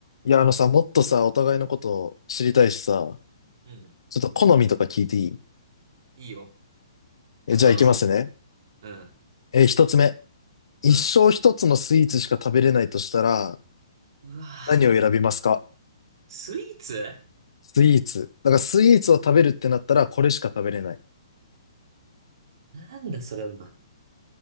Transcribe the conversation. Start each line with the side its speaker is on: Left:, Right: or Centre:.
Left: いや、あのさ、もっとさ、お互いのことを知りたいしさ、
Right: うん。
Left: ちょっと好みとか聞いていい
Right: いいよ。たくさんのそ
Left: え、じゃあ行きますね。
Right: う。うん。
Left: え、一つ目。一生一つのスイーツしか食べれないとしたら、
Right: うん。うわぁ。
Left: 何を選びますか
Right: スイーツ
Left: スイーツ。だからスイーツを食べるってなったら、これしか食べれない。
Right: なんだそれは。